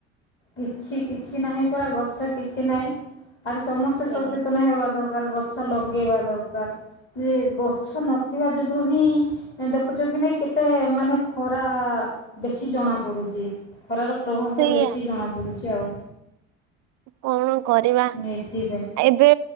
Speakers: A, on the left; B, on the right.
A: କିଛି କିଛି ନାହିଁ ପରାା ଗଛ କିଛି ନାହିଁ ଆରେ ସମସ୍ତେ
B: ସେଇଆ
A: ସଚେତନ ହେବା ଦରକାର ଦ ଗଛ ଲଗେଇବା ଦରକାର ଯେ ଗଛ ନଥିବା ଯୋଗଗୁରୁ ହିଁ ଦେଖୁଛ କି ନାଇ କେତେ ମାନେ ଖରା ବେଶୀ ଜଣା ପଡୁଛି। ଖରାର ପ୍ରଭାବଟା
B: ସେଇଆ
A: ବେଶୀ ଜଣାପଡ଼ୁଛି ଆଉ
B: କଣ କରିବା
A: ଏଥିପାଇଁ
B: ଏବେ